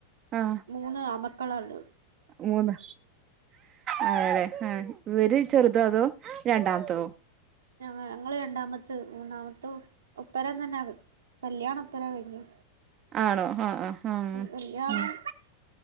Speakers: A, on the right (about 30°); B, on the right (about 65°).
A: ആഹ്
B: മൂന്ന് ആൺമക്കളാള്ളത്
A: മൂന്ന് അതെല്ലേ ആഹ് ഇവര് ചെറുതോ അതോ രണ്ടാമത്തതോ
B: ഞങ്ങ ഞങ്ങള് രണ്ടാമത്തത് മൂന്നാമത്തെ ഒപ്പര തന്നെ കല്യാണം എപ്പഴാ കഴിഞ്ഞു
A: ആണോ ആഹ് ആഹ് ആഹ്
B: കല്യാണം
A: ഉം